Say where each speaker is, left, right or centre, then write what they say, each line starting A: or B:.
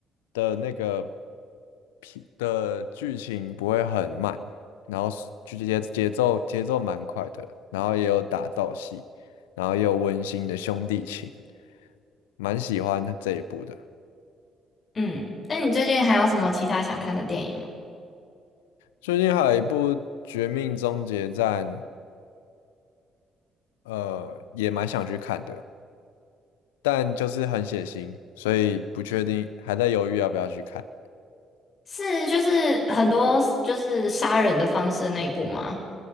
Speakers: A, on the left (about 85°); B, on the left (about 45°).
A: 的那个片的剧情不会很慢，然后是就节节奏节奏蛮快的，然后也有打斗戏，然后也有温馨的兄弟情，蛮喜欢他这一部的。
B: 嗯，那你最近还有什么其他想看的电影吗？
A: 最近还有一部《绝命终结战》，呃，也蛮想去看的，但就是很血腥，所以不确定，还在犹豫要不要去看。
B: 是就是很多就是杀人的方式的那一部吗？